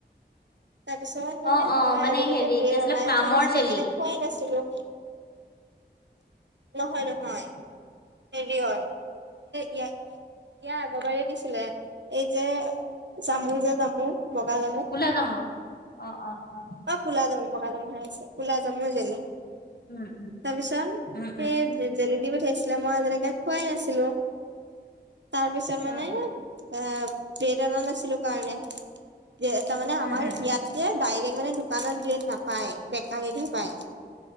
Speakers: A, on the right; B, on the left.
A: তাৰপিছত মানে
B: অ অ
A: মই
B: মানে
A: আজিলৈকে
B: হেৰি
A: বি
B: কি
A: এ
B: আছিলে
A: ৰমায়ন
B: প্লামৰ
A: হোৱা নাছিলে
B: জেলি
A: সেইকাৰণে খোৱাই নাছিলো নহয় নহয়। হেৰি এ ইয়াত ইয়াৰ আগবাৰীত ছিলে এই যে চামু যে তামু বগা গামত।
B: কলা কাম। অ', অ', অ'।
A: অ' কোলা যাম বগা যাম হৈ আছে ক'লা যামো জনে।
B: উম, উম।
A: তাৰপিছত
B: উম
A: স জলেড উঠাইছিলে মই আজিলৈকে খোৱাই নাছিলো তাৰপিছত
B: উম
A: মানে আহ প্ৰেৰণা নাছিলো কাৰণে যে তাৰমানে
B: উম
A: আমাৰ
B: উম উম উম
A: ইয়াত এ ডাইৰেক্ট মানে দোকানত ৰেট নাপায় বেকাৰীতহে পায়।